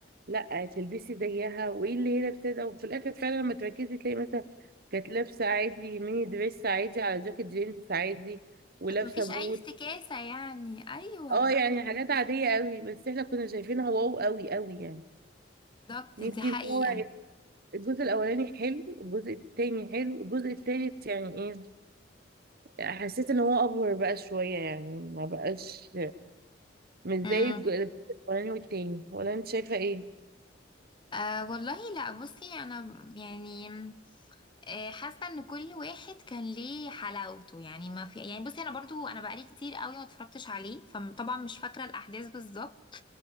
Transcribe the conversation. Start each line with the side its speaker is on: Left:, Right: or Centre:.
Right: لا تلبسي زيها وايه اللي هي لابساه وفي الاخر فعلا لما تركزي تلاقي مثلا كانت لابسه عادي ميني دريس عادي على جاكيت جينز عادي ولابسه
Left: مفيش
Right: بوت
Left: اي افتكاسة يعني ايوه
Right: اه يعني حاجات عاديه قوي بس احنا كنا شايفينها واو قوي قوي يعني
Left: بالظبط
Right: يمكن
Left: دي حقيقة
Right: هو الجزء الاولاني حلو الجزء التاني حلو الجزء التالت يعني ايه حسيت ان هو افور بقى شويه يعني ما بقاش مش زي
Left: امم
Right: الج- الجزء الاولاني والتاني ولا انت شايفه ايه
Left: آه والله لا بصي انا يعني آه، حاسه ان كل واحد كان ليه حلاوته يعني ما في يعني بصي انا برضو انا بقالي كتير قوي ما اتفرجتش عليه فطبعا مش فاكره الاحداث بالظبط